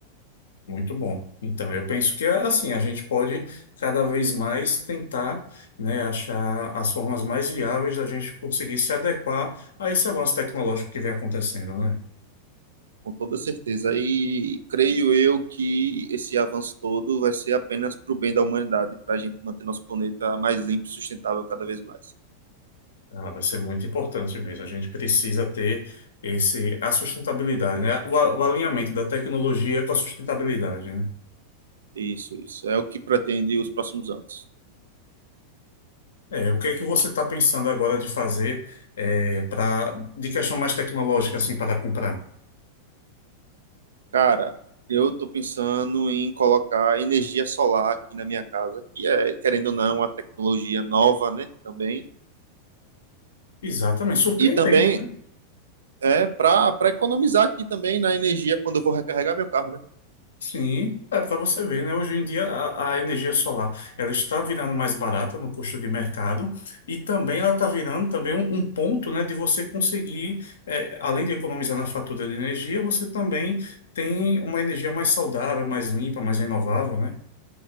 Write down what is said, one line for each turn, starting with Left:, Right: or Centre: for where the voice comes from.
Left: Muito bom. Então, eu penso que assim, a gente pode cada vez mais tentar, né, achar as formas mais viáveis da gente conseguir se adequar a esse avanço tecnológico que vem acontecendo, né?
Right: com toda certeza. E creio eu que esse avanço todo vai ser apenas para o bem da humanidade, para a gente manter nosso planeta mais limpo e sustentável cada vez mais.
Left: Ah, vai ser muito importante mesmo. A gente precisa ter esse, a sustentabilidade, né? O, a- o alinhamento da tecnologia com a sustentabilidade, né?
Right: Isso, isso. É o que pretende os próximos anos.
Left: É, o que é que você está pensando agora de fazer é, para de questão mais tecnológica assim para comprar?
Right: Cara, eu tô pensando em colocar energia solar aqui na minha casa, que é, querendo ou não, uma tecnologia nova, né? Também.
Left: Exatamente, surpreendente,
Right: E também
Left: né?
Right: é para para economizar aqui também na energia quando eu vou recarregar meu carro, né?
Left: Sim, é para você ver, né? Hoje em dia a, a energia solar ela está virando mais barata no custo de mercado e também ela está virando também um, um ponto, né, de você conseguir, é, além de economizar na fatura de energia, você também tem uma energia mais saudável, mais limpa, mais renovável, né?